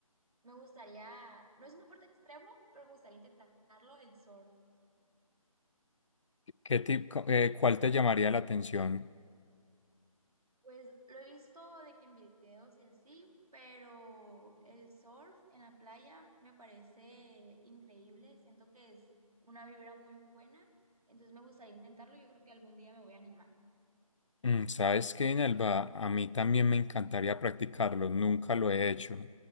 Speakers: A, on the right; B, on the left.
A: me gustaría, no es un deporte extremo, pero me gustaría intentarlo, el surf.
B: ¿Qué tipo, cuál te llamaría la atención?
A: Pues lo he visto de que en videos y así, pero el surf en la playa me parece increíble. Siento que es una vibra muy buena, entonces me gustaría intentarlo. Yo creo que algún día me voy a animar.
B: Mm, ¿Sabes qué, Inelva? A mí también me encantaría practicarlo, nunca lo he hecho,